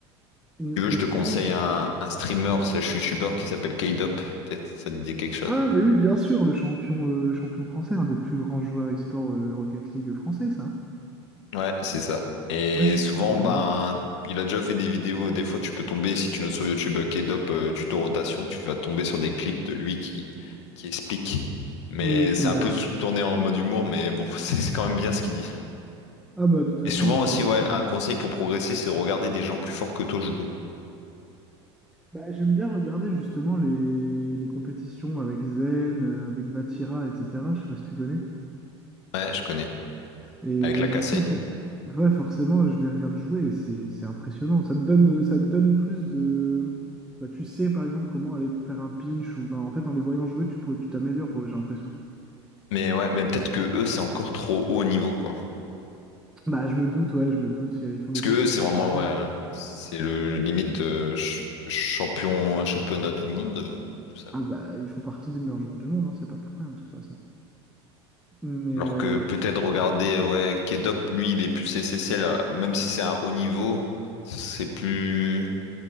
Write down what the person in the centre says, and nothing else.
une
autre
question.
Ah, mais oui, bien sûr, le champion, euh, le champion français, un des plus grands joueurs e-sport euh, Rocket League français, ça.
Ouais, si,
si, je le
connais.
Euh, Ok,
d'accord.
Ah, bah, de toute façon,
euh,
on
prend.
hein.
Bah, j'aime bien regarder justement les, les compétitions avec Zen, euh, avec Vatira, etc. Je sais pas si tu connais.
Et
euh,
du coup, for- ouais, forcément, je les regarde jouer et c'est c'est impressionnant. Ça te donne, euh, ça te donne plus de... Bah, tu sais, par exemple, comment aller faire un pinch ou... bah, en fait, en les voyant jouer, tu pourrais- tu t'améliores, ouais, j'ai l'impression.
Bah, je me doute, ouais, je me doute. Ils font
des
choses
que
je
sais pas faire.
Ah bah, ils font partie des meilleurs joueurs du monde, hein, c'est pas pour rien, de toute façon. Mais
euh,